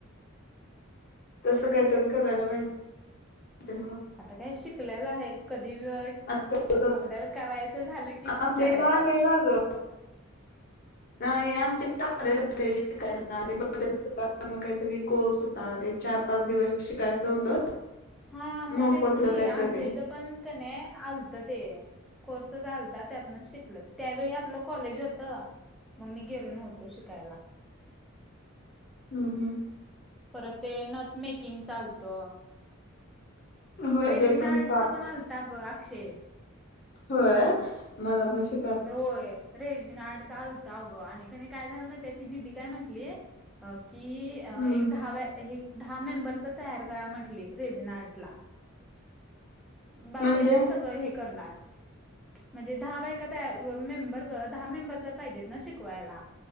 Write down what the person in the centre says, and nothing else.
आता काय शिकलेला आहे कधी पण
आपल्याला करायचं झालं की
करायचं
आपण.
हम्म
हम्म
हा मग
तेच कि
आमच्या इथं पण कने आलत ते. कोर्सच आलता त्यातन शिकले त्यावेळी आपलं कॉलेज होत. म मी गेलो नव्हतो शिकायला.
परत ते नथ मेकिंग चालतं.
रेजिना
आर्ट
चं पण आलत ग आक्षे
तर होय. रेजिनआर्टच आलत अगं आणि कणी काय झालं माहिती ती दिदी काय म्हंटली की अ
एक दहा दहा मेंबर तर तयार करा म्हटली रेजनआर्टला. बाळ
त्यांनी सगळं हे करणार म्हणजे दहा बायका त्या मेंबर दहा मेंबर तर पाहिजेत ना शिकवायला.